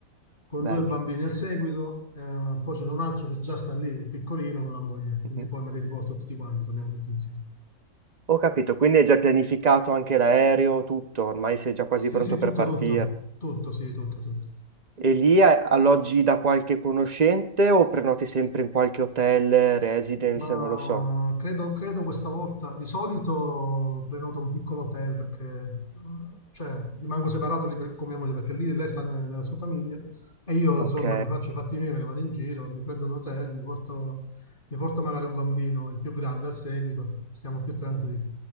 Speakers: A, on the left; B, on the right.
A: con
B: Bello.
A: due bambini al seguito, eh, poi c'è un altro che già sta lì, piccolino, con la moglie,
B: Mhm.
A: quindi poi me li riporto tutti quanti, torniamo tutti insieme.
B: Ho capito, quindi hai già pianificato anche l'aereo, tutto, ormai sei già quasi
A: Sì,
B: pronto
A: sì, tutto,
B: per partire.
A: tutto, tutto, sì, tutto, tutto.
B: E lì a- alloggi da qualche conoscente o prenoti sempre in qualche hotel, residence,
A: Ma
B: non lo so.
A: credo, credo questa volta, di solito prenoto un piccolo hotel perché mh, cioè, rimango separato lì per- con mia moglie perché lì lei sta ne- nella sua famiglia e io
B: Ok,
A: insomma mi faccio i fatti miei, me ne vado in giro, mi prendo un hotel, mi porto, mi porto magari un bambino, il più grande a seguito, stiamo più tranquilli.